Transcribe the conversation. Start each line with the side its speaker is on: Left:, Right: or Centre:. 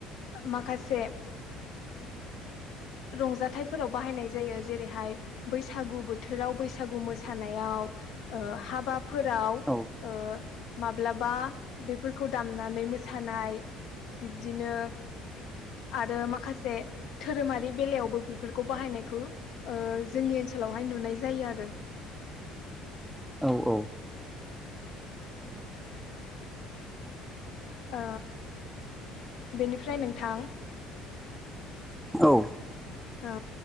Left: माखासे रंजाथाइफोराव बाहायनाय जायो जेरैहाय बैसागु बोथो- राव बैसागु मोसानायाव ओ हाबाफोराव
Centre: औ
Left: ओ माब्लाबा बेफोरखौ दामनानै मोसानाय बिब्दिनो आरो माखासे धोरोमारि बेलायावबो बेफोरखौ बाहायनायखौ ओ जोंनि ओनसोलावहाय नुनाय जायो आरो
Centre: <inaudible> औ औ
Left: ओ बेनिफ्राय नोंथां
Centre: औ
Left: ओ